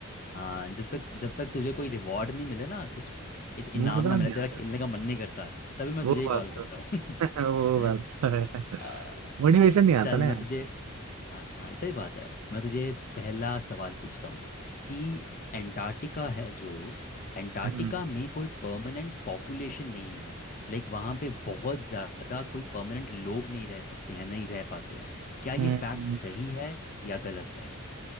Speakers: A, on the left; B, on the right.
A: हाँ जब तक जब तक तुझे कोई रिवॉर्ड नहीं मिले ना कुछ कुछ इनाम
B: मजा
A: ना मिले
B: नहीं
A: तेरा
B: आता
A: खेलने
B: है
A: का मन नहीं करता तभी मैं
B: वो
A: तुझे ही
B: बात
A: कॉल
B: तो
A: करता हूँ <laughs>
B: <laughs> वो बात तो है <laughs>
A: अ,
B: मोटिवेशन नहीं आता
A: चल
B: ना
A: मैं
B: यार
A: तुझे हाँ हाँ सही बात है मैं तुझे पहला सवाल पूछता हूँ कि एंटार्क्टिका है जो एंटार्क्टिका
B: हम्म
A: में कोई परमानेंट पॉपुलेशन नहीं है लाइक वहाँ पे बहुत ज़्यादा कोई परमानेंट लोग नहीं रह सकते हैं नहीं रह पाते हैं क्या ये
B: हम्म
A: फैक्ट सही है या गलत है